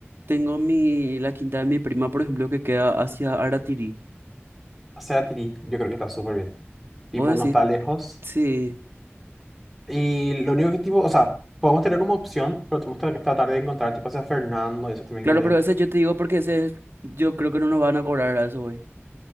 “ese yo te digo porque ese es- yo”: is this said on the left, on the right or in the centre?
Right